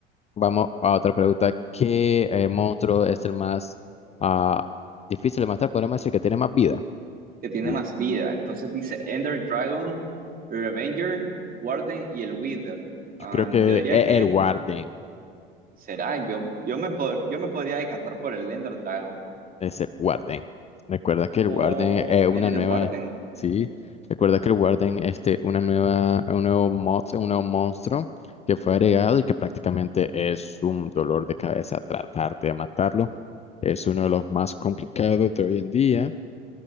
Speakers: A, on the left (about 20°); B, on the right (about 30°).
A: Vamos a otra pregunta, ¿qué eh, monstruo es el más ah, difícil de matar? Podríamos decir que tiene más vida.
B: que tiene
A: Uh,
B: más vida. Entonces dice Ender Dragon, Revenger, Warden y el Wither.
A: yo
B: Am,
A: creo que
B: yo diría
A: es
B: que
A: el Warden.
B: será, yo, yo me, pod- yo me podría decantar por el Ender Dragon
A: Es el Warden. Recuerda que el
B: o
A: Warden es una
B: era el
A: nueva.
B: Warden.
A: Sí. Recuerda que el Warden este, una nueva, un nuevo mod, un nuevo monstruo que fue agregado y que prácticamente es un dolor de cabeza tratar de matarlo. Es uno de los más complicados de hoy en día